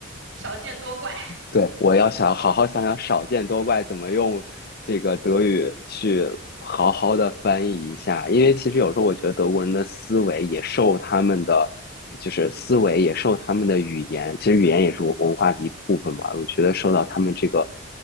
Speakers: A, on the right; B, on the left.
A: 少见多怪。
B: 对，我要想好好想想“少见多怪”怎么用这个德语去好好的翻译一下，因为其实有时候我觉得德国人的思维也受他们的，就是思维也受他们的语言，其实语言也是文化的一部分嘛，我觉得受到他们这个。